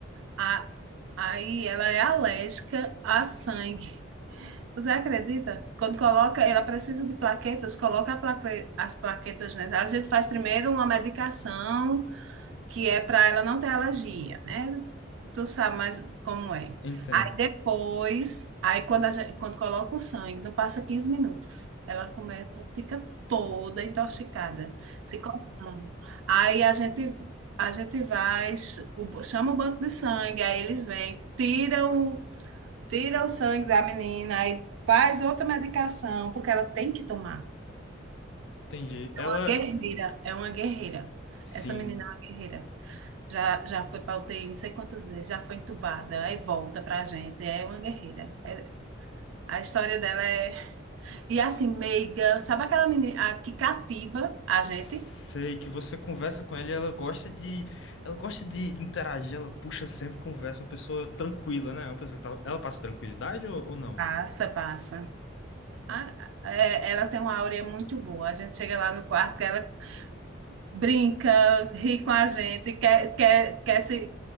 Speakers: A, on the right; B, on the left.
A: A, aí ela é alérgica a sangue. Você acredita? Quando coloca, ela precisa de plaquetas, coloca a plaque- as plaquetas, né? A gente faz primeiro uma medicação que é para ela não ter alergia, né? Tu sabe mais como é.
B: Entendo.
A: Aí depois, aí quando, a gente, quando coloca o sangue, não passa 15 minutos. Ela começa, fica toda intoxicada, se coçando. Aí a gente, a gente vai, ch- o- chama o banco de sangue, aí eles vêm, tiram tira o sangue da menina, aí faz outra medicação, porque ela tem que tomar.
B: Entendi.
A: É
B: Ela,
A: Uma guerreira, é uma guerreira.
B: sim,
A: Essa menina é uma guerreira. Já, já foi para UTI não sei quantas vezes, já foi entubada, aí volta pra gente. É uma guerreira. É- a história dela é. E assim, meiga, sabe aquela menina a que cativa a gente?
B: Sei que você conversa com ela e ela gosta de, ela gosta de, de interagir, ela puxa sempre conversa, uma pessoa tranquila, né? Uma pessoa que tá, ela passa tranquilidade ou, ou não?
A: Passa, passa. A- é, ela tem uma áurea muito boa. A gente chega lá no quarto, ela brinca, ri com a gente, quer, quer, quer se,